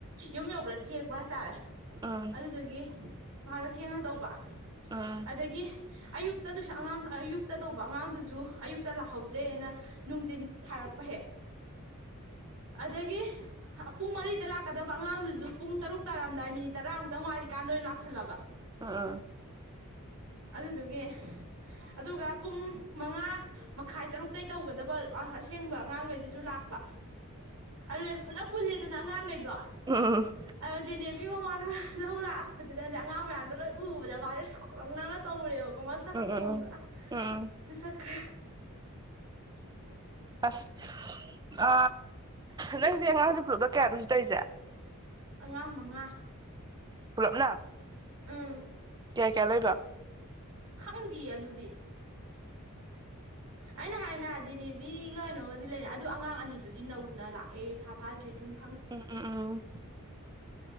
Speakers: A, on the right; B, on the right.
A: ꯌꯨꯝ ꯌꯧꯕ꯭ꯔꯥ ꯊꯦꯡꯕ ꯍꯥꯏꯇꯥꯔꯦ
B: ꯎꯝ
A: ꯑꯗꯨꯗꯒꯦ ꯃꯥꯅꯣ ꯊꯦꯡꯅ ꯇꯧꯕ
B: ꯎꯝ ꯎꯝ
A: ꯑꯗꯒꯤ ꯑꯌꯨꯛꯇꯗꯨꯁꯨ ꯑꯉꯥꯡ ꯑꯌꯨꯛꯇ ꯇꯧꯕ ꯑꯉꯥꯡꯗꯨꯁꯨ ꯑꯌꯨꯛꯇ ꯂꯥꯛꯍꯧꯗ꯭ꯔꯦꯅ ꯅꯨꯡꯊꯤꯟ ꯊꯥꯔꯛꯄꯍꯦꯛ ꯑꯗꯨꯗꯒꯤ ꯄꯨꯡ ꯃꯔꯤꯗ ꯂꯥꯛꯀꯗꯕ ꯑꯉꯥꯡꯗꯨꯁꯨ ꯄꯨꯡ ꯇꯔꯨꯛ ꯇꯥꯔꯝꯗꯥꯏ ꯃꯤꯅꯤꯠ ꯇꯔꯥꯃꯨꯛꯇꯪ ꯋꯥꯠꯂꯤꯀꯥꯟꯗ ꯑꯣꯏꯅ ꯂꯥꯛꯁꯜꯂꯕ
B: ꯑꯥ ꯑꯥ
A: ꯑꯗꯨꯗꯨꯒꯤ ꯑꯗꯨꯒ ꯄꯨꯡ ꯃꯉꯥ ꯃꯈꯥꯏ ꯇꯔꯨꯇꯩꯒꯤ ꯇꯧꯒꯗꯕ ꯑꯁꯦꯡꯕ ꯑꯉꯥꯡꯈꯩꯗꯨꯁꯨ ꯂꯥꯛꯄ ꯑꯦꯐꯂꯞ ꯄꯨꯂ ꯑꯗꯨꯅ ꯑꯉꯥꯡꯈꯩꯗꯣ
B: ꯎꯝ
A: ꯑꯖꯤꯅꯦꯕꯤ ꯅꯨꯄꯤ ꯃꯃꯥꯅ ꯂꯧ ꯂꯥꯛꯂꯄꯗꯨꯗꯅꯦ ꯑꯉꯥꯡ ꯃꯌꯥꯝꯗꯣ ꯂꯣꯏ ꯎꯕꯗ ꯃꯥꯁꯦ ꯁꯥꯎꯂꯛꯅꯅ ꯇꯧꯔꯦꯕꯀꯣ ꯀꯃꯔ ꯆꯥꯛꯇ
B: ꯎꯝ
A: ꯈꯪꯕ꯭ꯔꯥꯁꯔ
B: ꯎꯝ ꯎꯝ
A: ꯀ
B: ꯑꯁ ꯑ ꯅꯪꯁꯦ ꯑꯉꯥꯡꯁꯦ ꯄꯨꯂꯞꯅꯣ ꯀꯌꯥ ꯂꯣꯏꯁꯤ ꯇꯧꯔꯤꯁꯦ
A: ꯑꯉꯥꯡ ꯃꯉꯥ
B: ꯄꯨꯂꯞꯅ
A: ꯎꯝ
B: ꯀꯌꯥ ꯀꯌꯥ ꯂꯩꯕ
A: ꯈꯪꯗꯦ ꯑꯗꯨꯗꯤ ꯑꯩꯅ ꯍꯥꯏ ꯖꯤꯦꯅꯦꯕꯤꯒꯅꯣꯒꯗꯤ ꯂꯩꯔ ꯑꯗꯨ ꯑꯉꯥꯡ ꯑꯅꯤꯗꯨꯗꯤ ꯅꯧꯅ ꯂꯥꯛꯑꯦ ꯐꯥ ꯐꯥꯗ꯭ꯔꯤꯗꯨꯅ
B: ꯎꯝ ꯎꯝ ꯑꯥ